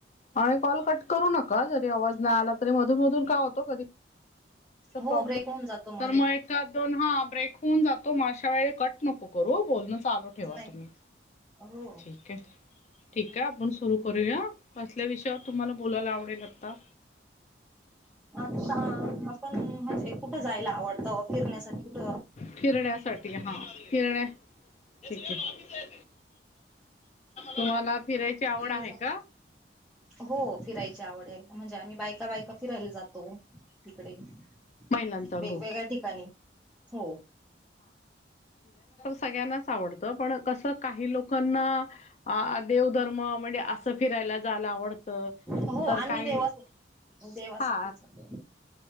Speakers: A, on the left; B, in the centre.
A: आणि कॉल कट करू नका जरी आवाज नाही आला तरी मधून मधून का होतो कधी
B: हो
A: ॉब्ले
B: ब्रेक होऊन जातो
A: तर
B: मध्ये
A: मग ए दोन हा ब्रेक होऊन जातो म व कट नको करू बोलण चालू ठेवा
B: नाही
A: तुम्ही
B: हो
A: ठीक आहे ठीक आहे आपण सुरू करूया कसल्या विषयावर तुम्हाला बोलायला आवडेल आता
B: आता आपण म्हणजे कुठं जायला आवडतं फिरण्यासाठी उठ
A: फिरण्यासाठी हा फिरण्या ठीक आहे तुम्हाला फिरायची आवड
B: टीव्ही
A: आहे का
B: हो फिरायची आवड आहे म्हणजे आम्ही बायका बायका फिरायला जातो तिकडे वेगवेगळ्या
A: महिलांचा ग्रुप
B: ठिकाणी हो
A: सगळ्यांना आवडत पण क काही लोकांना देधर्म म्हणजे असं फिरायला जायला आवडत
B: हो
A: तर
B: आम्ही
A: काही
B: देवा देवासाठीच
A: हा
B: जातो